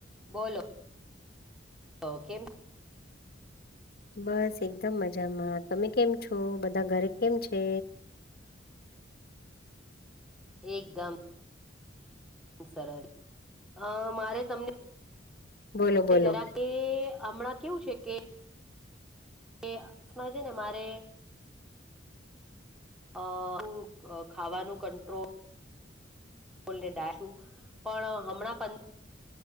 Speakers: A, in the centre; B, on the left.
A: બોલો તો કેમ
B: બસ એકદમ મજામાં તમે કેમ છો બધા ઘરે કેમ છે
A: એકદમ સરસ અહ મારે તમને
B: બોલો
A: કે
B: બોલો
A: જરા કે હમણાં કેવું છે કે તે આસમા છે ને મારે અહ હું અહ ખાવાનું કંટ્રોલ લે ડાલુ પણ હમણાં પં